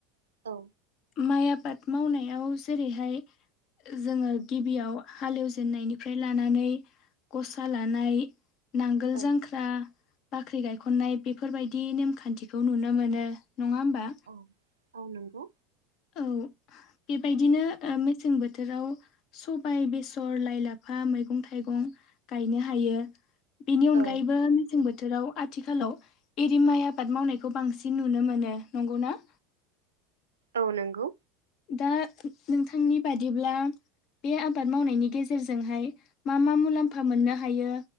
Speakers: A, on the right; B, on the left.
A: औ
B: माइ आबाद मावनाया एयाव जेरैहाय। जोङो गिबियाव हालेवजेननायनिफ्राय लानानै गसा लानाय नांगोल
A: औ
B: जांख्रा बाख्रि गायखन्नाय बेफोरबायदि नेमखान्थिखौ नुनो मोनो। नङाहोमबा।
A: औ औ नंगौ।
B: औ बेबायदिनो मेसें बोथोराव सबायाइ बेसर लाइ लाफा मैगं थाइगं गायनो हायो। बेनि अनगायैबो
A: औ नंगौ
B: मेसें बोथोराव आथिखालाव। एरिमाइ आबाद मावनायखौ बांसिन नुनो मोनो नंगौना।
A: औ नोंगौ।
B: दा नोंथांनि बादिब्ला बे आबाद मावनायनि गेजेरजोंहाय मा मा मुलाम्फा मोननो हायो